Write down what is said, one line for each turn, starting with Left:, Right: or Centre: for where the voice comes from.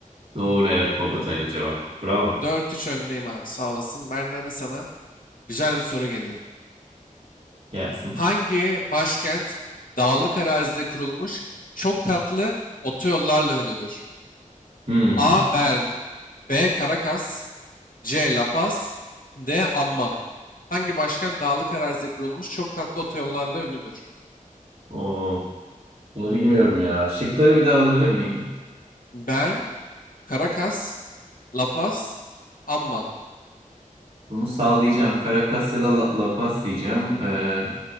Right: Doğru evet Bogota'ydı cevap. Bravo.
Left: Dört üç öndeyim abi sağ olasın. Benden de sana güzel bir soru geliyor.
Right: Gelsin.
Left: Hangi başkent dağlık arazide kurulmuş çok katlı otoyollarla ünlüdür?
Right: Hmm.
Left: A. Bern B. Caracas C. La Paz D. Amman Hangi başkent dağlık arazide kurulmuş çok katlı otoyollarla ünlüdür?
Right: Oo, bunu bilmiyorum ya. Şıkları bir daha alabilir miyim?
Left: Bern, Caracas, La Paz, Amman.
Right: Bunu sallayacağım. Caracas ya da La, La Paz diyeceğim. Ee,